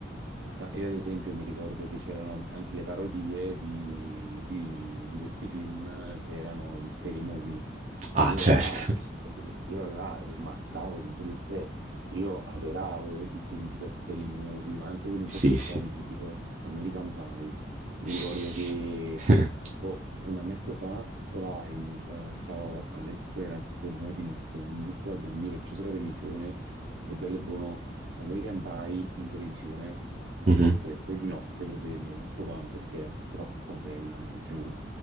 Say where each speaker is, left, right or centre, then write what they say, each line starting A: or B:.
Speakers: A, on the right; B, on the right.
A: Ma io ad esempio mi ricordo che c'erano anche le parodie di, di- di questi film che erano gli scary movie e
B: Ah,
A: io
B: certo.
A: là, io là smattavo di brutto, cioè, io adoravo i film tipo scary movie, ma anche quelli un
B: Sì,
A: po' più
B: sì.
A: comici tipo American Pie. Mi
B: Sì,
A: ricordo che
B: <laughs>
A: tipo un annetto fa trovai, eh, stavo a letto, era tipo l'una di notte, non riuscivo a dormire, ho acceso la televisione è bello e buono American Pie in televisione. Mi
B: Mhm.
A: ho fatto le tre di notte per vedermelo tutto quanto perché era troppo bello, ne lo giuro.